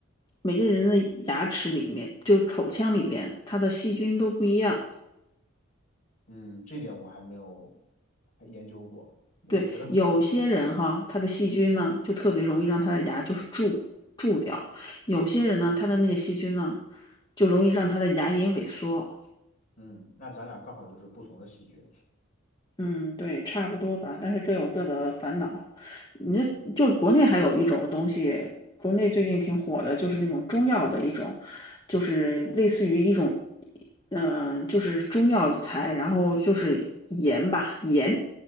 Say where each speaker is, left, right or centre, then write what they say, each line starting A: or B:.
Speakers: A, on the left; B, on the left.
A: 每个人的牙齿里面，就是口腔里面，它的细菌都不一样。
B: 嗯，这点我还没有还研究过。我觉得，
A: 对，有些人哈，他的细菌呢，就特别容易让他的牙就是蛀蛀掉；有些人呢，他的那个细菌呢，就容易让他的牙龈萎缩。
B: 嗯，那咱俩刚好就是不同的细菌。
A: 嗯，对，差不多吧。但是各有各的烦恼。你这就是国内还有一种东西，
B: 嗯，
A: 国内最近挺火的，就是那种中药的一种，就是类似于一种，嗯、就是中药材，然后就是盐吧，盐。